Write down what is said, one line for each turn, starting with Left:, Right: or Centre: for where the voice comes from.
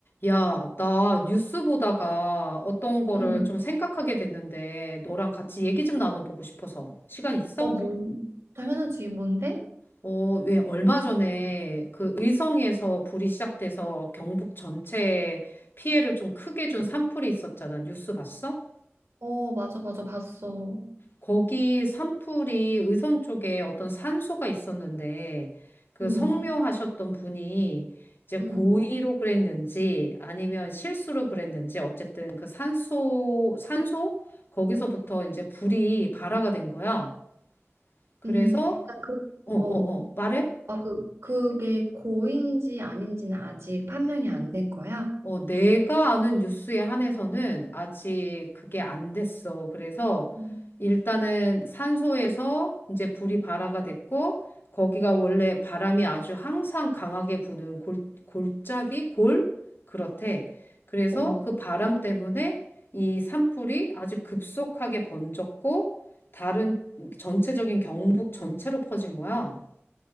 Left: 야, 나 뉴스 보다가 어떤 거를
Right: 응.
Left: 좀 생각하게 됐는데, 너랑 같이 얘기 좀 나눠보고 싶어서. 시간 있어?
Right: 어, 뭔? 당연하지. 뭔데?
Left: 어, 왜 얼마 전에 그 의성에서 불이 시작돼서 경북 전체에 피해를 좀 크게 준 산불이 있었잖아. 뉴스 봤어?
Right: 어, 맞아, 맞아. 봤어.
Left: 거기 산불이 의성 쪽에 어떤 산소가 있었는데 그
Right: 응,
Left: 성묘하셨던 분이 이제 고의로
Right: 응,
Left: 그랬는지 아니면 실수로 그랬는지 어쨌든 그 산소 산소 거기서부터 이제 불이 발화가 된 거야. 그래서
Right: 응. 그러니까
Left: 어 어
Right: 그, 어,
Left: 어 말해?
Right: 아, 그, 그게 고인지 아닌지는 아직 판명이 안 된 거야?
Left: 어, 내가 아는 뉴스에 한해서는 아직 그게 안 됐어. 그래서
Right: 음.
Left: 일단은 산소에서 이제 불이 발화가 됐고, 거기가 원래 바람이 아주 항상 강하게 부는 골, 골짜기? 골? 그렇대. 그래서
Right: 오,
Left: 그 바람 때문에 이 산불이 아주 급속하게 번졌고, 다른 전체적인 경북 전체로 퍼진 거야.